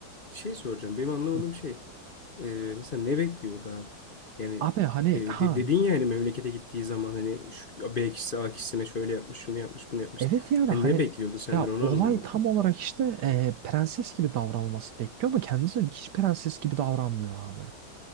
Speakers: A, on the left; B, on the right.
A: bir şey soracağım. Benim anlamadığım
B: Hı.
A: şey e, mesela ne bekliyordu abi? Yani
B: Abi hani
A: e,
B: ha
A: de- dedin ya hani memlekete gittiği zaman hani şu B kişisi A kişisine şöyle yapmış, şunu yapmış, bunu yapmış.
B: Evet yani
A: Hani
B: hani
A: ne bekliyordu senden
B: ya
A: onu
B: olay
A: anlamadım.
B: tam olarak işte e, prenses gibi davranılmasını bekliyor ama kendisi hiç prenses gibi davranmıyor abi.